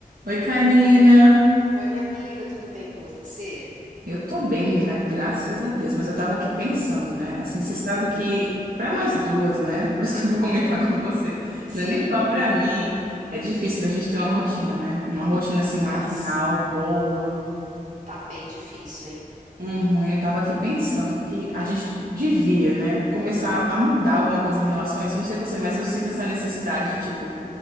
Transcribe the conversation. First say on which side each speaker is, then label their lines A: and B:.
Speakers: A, on the right; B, on the right.
A: Oi, Karina.
B: Oi, minha amiga, tudo bem com você?
A: Eu tô bem, menina, graças a Deus, mas eu tava aqui pensando, né? Assim, você
B: Hum,
A: sabe que pra nós duas, né? <laughs> Por isso que eu vou comentar com você,
B: sim.
A: não é nem só pra mim, é difícil da gente ter uma rotina, né? Uma rotina assim
B: Nossa,
A: matinal boa.
B: tá bem difícil, hein?
A: Uhum, eu tava aqui pensando que a gente devia, né, começar a mudar alguma coisa em relação a isso. Eu não sei você, mas eu sinto essa necessidade de tipo